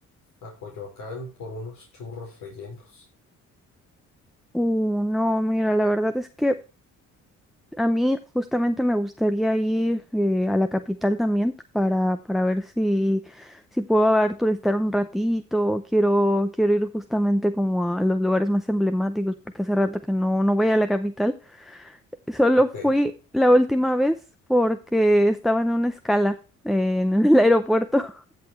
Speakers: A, on the left; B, in the centre.
A: a Coyoacán por unos churros rellenos.
B: Uh, no, mira, la verdad es que a mí justamente me gustaría ir eh, a la capital también para, para ver si, si puedo a ver, turistear un ratito. Quiero, quiero ir justamente como a los lugares más emblemáticos porque hace rato que no, no voy a la capital. Solo
A: Ok.
B: fui la última vez porque estaba en una escala eh, en el <laughs> aeropuerto.